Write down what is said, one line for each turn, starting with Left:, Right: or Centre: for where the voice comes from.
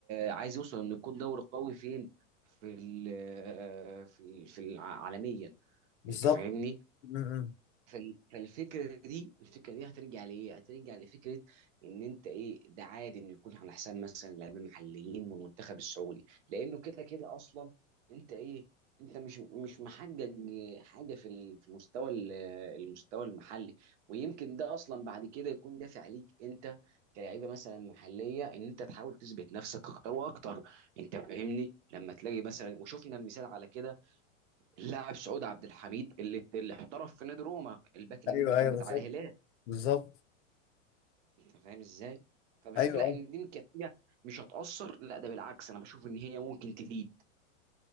Right: عايز يوصل انه يكون دوري قوي فين في ال آه، في في الع- عالميا
Left: بالظبط
Right: انت فاهمني
Left: م- م.
Right: فال- فالفكره دي الفكره دي هترجع لايه؟ هترجع لفكره ان انت ايه ده عادي انه يكون على حساب مثلا لاعبين محليين والمنتخب السعودي لانه كده كده اصلا انت ايه؟ انت مش مش محقق حاجه في ال- في المستوى ال- المستوى المحلي ويمكن ده اصلا بعد كده يكون دافع ليك انت كلاعيبه مثلا محليه ان انت تحاول تثبت نفسك اكتر واكتر انت فاهمني؟ لما تلاقي مثلا وشفنا المثال على كده اللاعب سعود عبد الحميد اللي اللي احترف في نادي روما الباك اليمين
Left: ايوه
Right: اللي كان
Left: ايوه
Right: بتاع
Left: بالظبط
Right: الهلال
Left: بالظبط
Right: انت فاهم ازاي فبشوف
Left: ايوه أيوه.
Right: لا ان دي يمكن حاجه مش هتاثر لا ده بالعكس انا بشوف ان هي ممكن تفيد